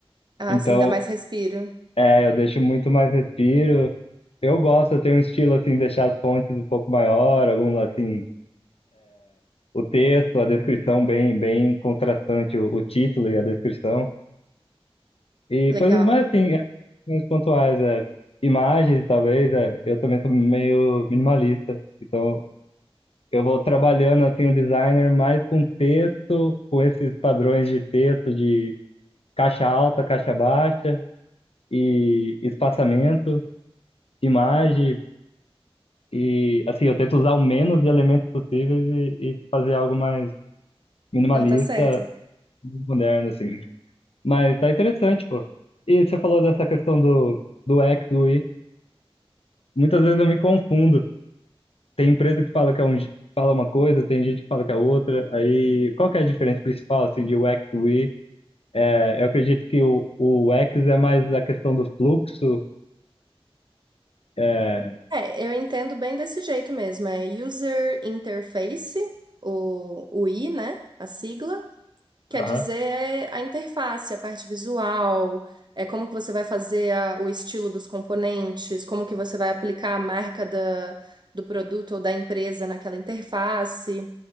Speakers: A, on the right (about 45°); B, on the left (about 70°).
A: Ah,
B: Então,
A: sim, dá mais respiro.
B: é, eu deixo muito mais respiro. Eu gosto, eu tenho um estilo assim, deixar as fontes um pouco maior, algum assim, o texto, a descrição bem, bem contrastante, o, o título e a descrição. E
A: Legal.
B: coisas mais assim, é, uns pontuais, é, imagens, talvez, é, eu também sou meio minimalista. Então, eu vou trabalhando assim o designer mais com texto, com esses padrões de texto de caixa alta, caixa baixa e espaçamento, imagem e assim eu tento usar o menos de elementos possíveis e, e fazer algo mais minimalista,
A: Não, tá certo.
B: moderno assim. Mas tá interessante, pô. E você falou dessa questão do do X, do Y. Muitas vezes eu me confundo. Tem empresa que fala que é um, fala uma coisa, tem gente que fala que é outra. Aí qual que é a diferença principal assim de U X UX, UI É, Eu acredito que o, o X é mais a questão do fluxo. É,
A: É, eu entendo bem desse jeito mesmo. É User Interface, o, o I, né? A sigla. Quer
B: aham,
A: dizer é a interface, a parte visual, é como que você vai fazer a- o estilo dos componentes, como que você vai aplicar a marca da, do produto ou da empresa naquela interface.